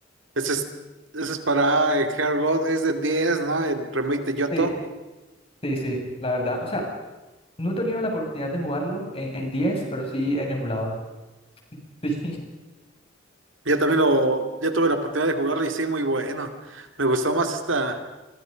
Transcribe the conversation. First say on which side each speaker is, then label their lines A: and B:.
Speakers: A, on the right; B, on the left.
A: Ese es, ese es para el Heart Gold, es de 10, ¿no? El Remake de Yoto.
B: Sí, sí, sí, la verdad. O sea, no he tenido la oportunidad de jugarlo en, en 10 pero sí en emulador. <laughs> Sí.
A: Yo también lo, ya tuve la oportunidad de jugarlo y sí, muy bueno. Me gustó más esta,